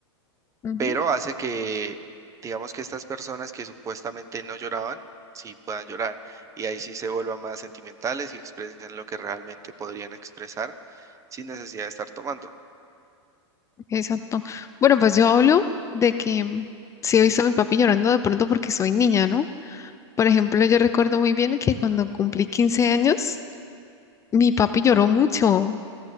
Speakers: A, on the left (about 20°); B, on the right (about 20°).
A: Ujú.
B: pero hace que, digamos que estas personas que supuestamente no lloraban, sí puedan llorar. Y ahí sí se vuelvan más sentimentales y expresen lo que realmente podrían expresar sin necesidad de estar tomando.
A: Exacto. Bueno, pues yo hablo de que mm, sí he visto a mi papi llorando de pronto porque soy niña, ¿no? Por ejemplo, yo recuerdo muy bien que cuando cumplí 15 años, mi papi lloró mucho